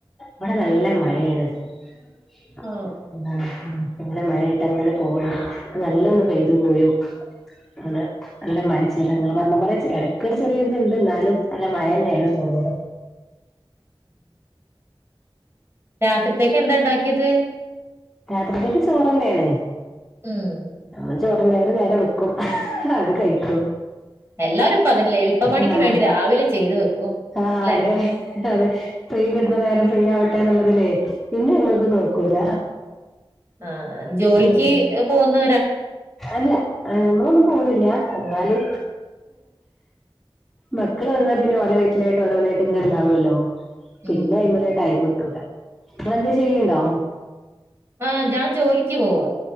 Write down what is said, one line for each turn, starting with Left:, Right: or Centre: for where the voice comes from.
Centre: വടെ നല്ല മഴേണ് <unintelligible>
Right: ആ
Centre: നല്ല ടെ മഴായ്ട്ടങ്ങനെ പോവണ്ട്. പ്പ നല്ലന്ന് പെയ്തു പോയു ആണ് നല്ല മഴച്ചീലങ്ങൾ പർഞ്ഞ പോലെ ച്ച് എട ക്കൊരു രു ചെറിയര്ത്ണ്ട്, ന്നാലും അല്ല മഴന്നേണ്
Right: ഉം.
Centre: കൂടുതലും
Right: രാത്രിത്തേക്കെന്താ ണ്ടാക്കിയത്
Centre: രാത്രിക്കക്ക് ചോറെന്നേണ്
Right: ഉം
Centre: നമ്മൾ ചോറെന്നെ, ഒര് നേരം വെക്കും അത് കയ് ഉം
Right: എല്ലാരും ഇപ്പൊ അതിനില്ല എളുപ്പപ്പണിക്ക്
Centre: ആഹ്
Right: വേണ്ടി രാവിലെ ചെയ്തു വെക്കും
Centre: ആഹ്
Right: അല്ലേ
Centre: അതെ അതെ ഫ്രീ കിട്ടുന്ന നേരം ഫ്രീ ആവട്ടെന്ന്ള്ളതിലേ പിന്നയ്മക്ക് നോക്കൂല
Right: ആഹ് ജോലിക്ക്
Centre: ഉം
Right: പോവുന്ന
Centre: അല്ല ഏഹ് നമ്മളൊന്നും പോണില്ല, എന്നാല്. മക്കള് വന്നാ പിന്നെ ഓലവേകിലായിട്ട് ഓരോന്നായിട്ടങ്ങ ണ്ടാവല്ലോ. പിന്നയ്മല്
Right: ഉം
Centre: ടൈമ്ട്ടൂല, ങ്ങളെന്തേം ചെയ്യ്ണ്ടോ.
Right: ആഹ് ഞാൻ ജോലിക്ക് പോവാ.